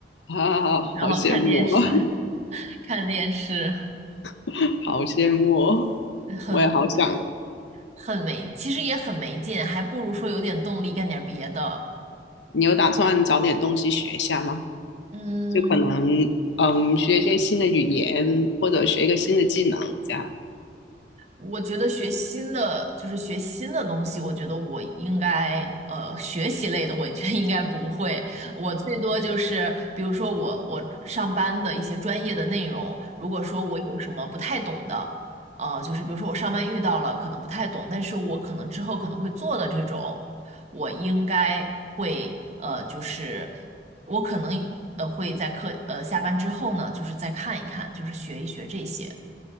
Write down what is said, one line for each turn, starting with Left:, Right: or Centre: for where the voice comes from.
Left: 啊，
Right: <laughs>
Left: 好羡慕啊，
Right: 然后看电视，<laughs> 看电视，
Left: <laughs> 好羡慕哦，
Right: 呃很
Left: 我也好想。
Right: 很没，其实也很没劲，还不如说有点动力干点别的。
Left: 你有打算找点东西学一下吗？
Right: 嗯，
Left: 就可能嗯，学一些新的语言，或者学一个新的技能这样。
Right: 我觉得学新的就是学新的东西，我觉得我应该呃学习类的，我觉得应该不会。我最多就是比如说我我上班的一些专业的内容，如果说我有什么不太懂的，呃，就是比如说我上班遇到了可能不太懂，但是我可能之后可能会做的这种，我应该会呃就是我可能呃会在课呃下班之后呢，就是再看一看，就是学一学这些。